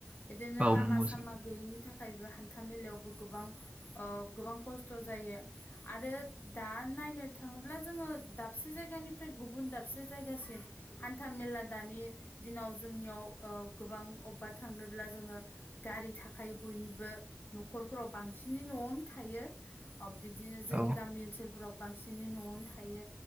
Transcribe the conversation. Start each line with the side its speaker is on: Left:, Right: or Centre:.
Left: बिदिनो
Right: औ
Left: लामा
Right: नंगौ
Left: सामा
Right: सैथो।
Left: गैयिनि थाखाय थाखायबो हान्था मेलायावबो गोबां गोबां खस्थ' जायो आरो दा नायनो थाङोब्ला जोङो दाबसे जायगानिफ्राय गुबुन दाबसे जायगासिम हान्था मेला दानि दिनाव जोंनियाव गोबां अबेबा थांनोब्ला जोङो गारि थाखायो बयनिबो न'खरफोराव बांसिनै न'आवनो थायो बिदिनो जोंनि
Right: औ
Left: गामि ओनसोलफोराव बांसिनै न'आवनो थायो